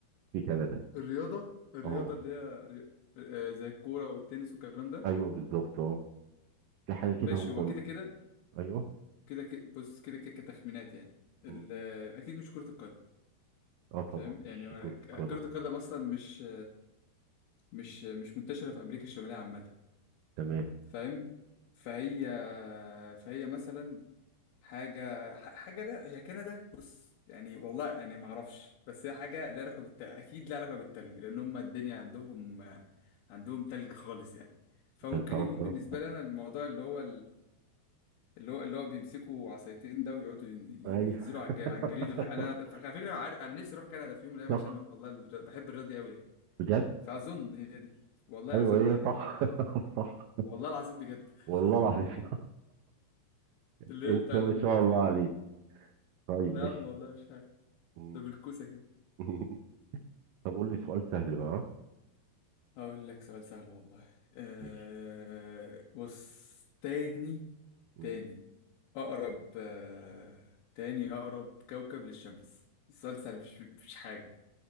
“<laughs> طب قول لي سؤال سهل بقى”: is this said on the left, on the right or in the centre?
Right